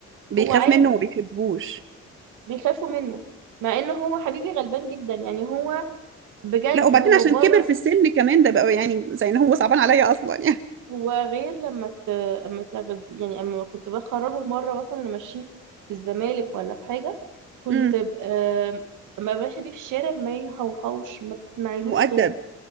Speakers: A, on the right; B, on the right.
A: بيخاف
B: هو عارف
A: منه وما بيحبوش
B: بيخافوا منه مع انه هو حبيبي غلبان جدا يعني هو بجد
A: لا وبعدين
B: هو
A: عشان
B: بره
A: كبر في السن كمان ده بقى يعني زي ان هو صعبان عليا اصلا يعني
B: هو غير لما ت... اما تغذي يعني اما كنت بخرجه مره مثلا انا ماشيه في الزمالك ولا في حاجه كنت
A: امم
B: ب... آم، اما ماشيه بيه في الشارع ما يهوهوش ما بتسمعيلوش
A: مؤدب
B: صوت